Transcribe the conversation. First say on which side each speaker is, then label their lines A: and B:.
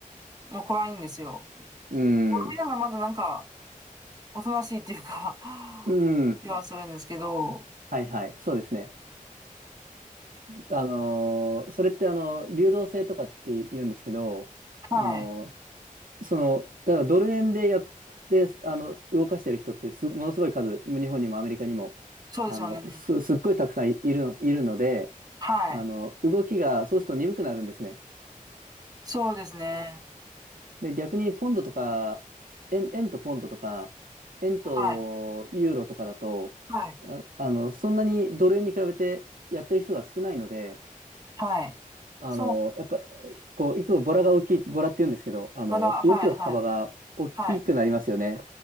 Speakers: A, on the right; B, on the right.
A: もう怖いんですよ。
B: うん。
A: ドル円がまだなんか、おとなしいっていうか <laughs>
B: うん。
A: 気はするんですけど、
B: はいはい。そうですね。あのー、それってあの、流動性とかって言うんですけど、
A: はい。
B: あのー、その、だからドル円でやって、あの、動かしてる人ってす、ものすごい数、日本にもアメリカにも、
A: そうですよね。
B: あの、す、すっごいたくさんいるの、いるので、
A: はい。
B: あの、動きが、そうすると鈍くなるんですね。
A: そうですね。
B: で、逆にポンドとか、円、円とポンドとか、円とユーロとかだと、
A: はい。はい。
B: あ、あの、そんなにドル円に比べてやってる人が少ないので、
A: はい。
B: あの、
A: そう、
B: やっぱ、こう、いつもボラが大きい、ボラって言うんですけど、あの、
A: ボラ、はい、
B: 動く幅が大きくなりますよね。
A: はい、はい、